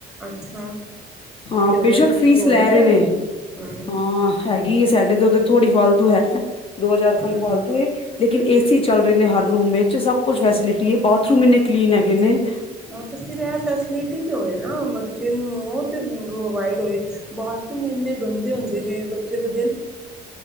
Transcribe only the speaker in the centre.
ਅੱਛਾ
ਤੇ ਉੱਧਰ
ਹੋਰ
ਵੀ ਜ਼ਿਆਦਾ
ਹਮ
ਹਮ
ਹਾਂ ਤੇ, ਫਿਰ ਇਹ ਫੈਸਿਲਿਟੀ ਤੇ ਹੋਏ ਨਾ, ਬੱਚੇ ਨੂੰ ਉਹ ਤੇ, ਪ੍ਰੋਵਾਈਡ ਹੋਏ ਬਾਥਰੂਮ, ਇੰਨੇ ਗੰਦੇ ਹੁੰਦੇ ਜੇ, ਬੱਚੇ ਦਾ